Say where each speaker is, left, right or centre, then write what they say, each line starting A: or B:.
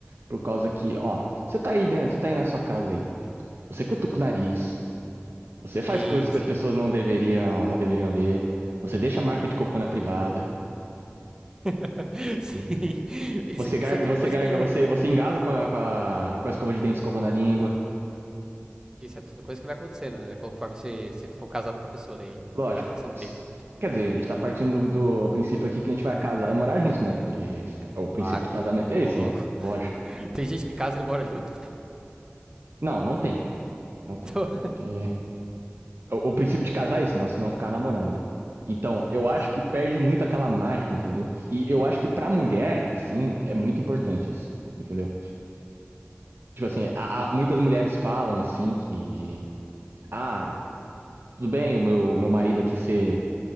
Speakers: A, on the right; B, on the right.
A: Por causa que, ó, você tá aí dentro, você tá aí na sua casa aí. Você cutuca o nariz, você faz
B: Sim,
A: coisas que
B: sim,
A: as pessoas
B: sim.
A: não deveriam, não deveriam ver. Você deixa a marca
B: Sim.
A: de cocô na privada.
B: <laughs> Sim. Isso,
A: Você garga,
B: isso é tudo
A: você
B: coisa
A: garga,
B: que
A: você, você engasa com a, com a, com a escova de dente escovando a língua.
B: Isso é tudo coisa que vai acontecendo, né? Conforme você, você for casado com a pessoa daí.
A: Lógico.
B: E vai passando
A: S-
B: tempo.
A: Quer dizer, a gente tá partindo do, do princípio aqui que a gente vai casar e morar junto, né? Porque o princípio
B: Claro.
A: do casamento é
B: Ô,
A: esse,
B: louco.
A: né? Lógico.
B: <laughs> Tem gente que casa e não mora junto. <laughs>
A: Não, não tem. Não tem.
B: Então,
A: Até porque. O, o princípio de casar é isso, não, senão ficar namorando, né? Então, eu
B: isso.
A: acho que perde muito aquela mágica, entendeu? E eu acho que pra mulher, assim, é muito importante isso, entendeu? Tipo assim, a- a- muitas mulheres falam assim que. Ah, tudo bem, o meu, meu marido aqui ser